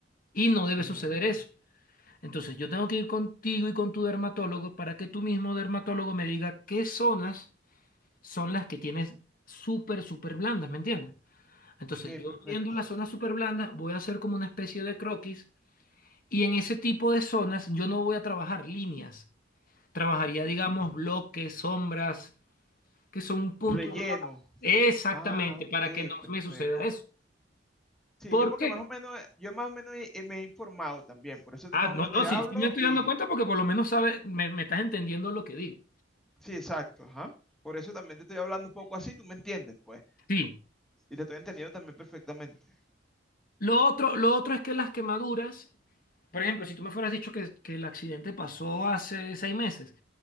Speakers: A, on the left; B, in the centre.
A: Y no debe
B: Eh,
A: suceder eso. Entonces, yo tengo que ir contigo y con tu dermatólogo para que tu mismo dermatólogo me diga qué zonas son las que tienes súper, súper blandas, ¿me entiendes? Entonces,
B: ok,
A: yo
B: perfecto.
A: viendo las zonas súper blandas, voy a hacer como una especie de croquis y en ese tipo de zonas yo no voy a trabajar líneas. Trabajaría, digamos, bloques, sombras, que son puntos
B: Relleno.
A: más- Exactamente,
B: Ah, ok,
A: para que no
B: perfecto.
A: me suceda eso.
B: Sí,
A: ¿Por
B: yo porque
A: qué?
B: más o menos, eh, yo más o menos eh, me he informado también, por eso te-
A: Ah,
B: más
A: no,
B: o menos
A: no,
B: te
A: sí,
B: hablo
A: sí me estoy
B: y,
A: dando cuenta porque por lo menos sabes, me me estás entendiendo lo que digo.
B: Sí, exacto, ajá. Por eso también te estoy hablando un poco así, tú me entiendes, pues.
A: Sí.
B: Y te estoy entendiendo también perfectamente.
A: Lo otro, lo otro es que las quemaduras, por ejemplo, si tú me fueras dicho que, que el accidente pasó hace seis meses,